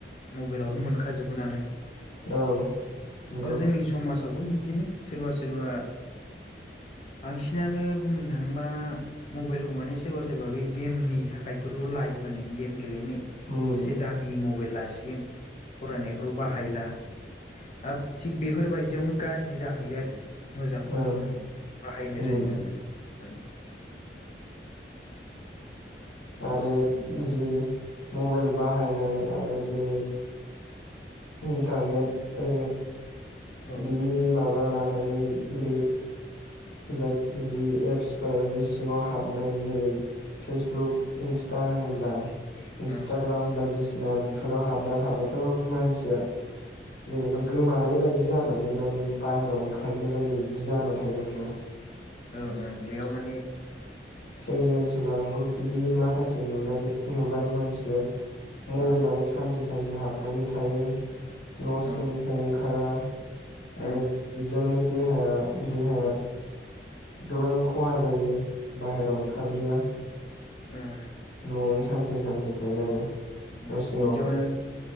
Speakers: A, on the left; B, on the left.
A: मबाइलावनो मोन खाजोबो नालाय
B: औ नंगौ
A: दा जोंनि समाज जाबो बिदिनो सोरबा सोरबा बांसिनानो बुं थांबा मबाइलखौ मानि सोरबा सोरबा बे गेमनि थाखाय बेफोरल' लायो माने गेम गेलेनो
B: उम
A: एसे दामि मबाइल लासिगोन फरायनायफ्राव बाहायला दा थिग बेफोरबायदियावनो गाज्रि जाहैयो आरो मोजांबाबो
B: औ
A: माने बाहायनो
B: उम
A: रोङियावनो औ
B: आरो जि मबाइल बाहायनाय आरो बे इन्टारनेट ओ
A: औ
B: बिनि माबा बा लानानै बे जाय जि एपसफोर बे सिङाव हाबनाय जेरै फेसबुक इन्सटा दा होनोब्ला इन्सटाग्राम
A: औ
B: बायदिसिना ना बेफोराव हाबना थाबाथ' मानसिया जेनेबा गोमानाय बायदि जानानै माने बाहेरायाव ओंखारनो रोङि बिदि जाना थायो आरो ना
A: ओं ओं बेयाव माने
B: जोंनि ओनसोलाव आंबो बिदि माखासे नुनाय नुबाय मानसिफोर मबाइलाव
A: औ
B: सानसे सानसे हाबनानै थायो न' सिंनिफ्राय
A: औ
B: ओंखार खारा आरो
A: औ
B: बिदियावनो देहाया देहाया गोबां खहा जायो बाहेरायाव ओंखारलिया
A: ओं
B: न'आवनो सानसे सानसे थायो आरो
A: उम
B: न' सिङावनो
A: बिदियावनो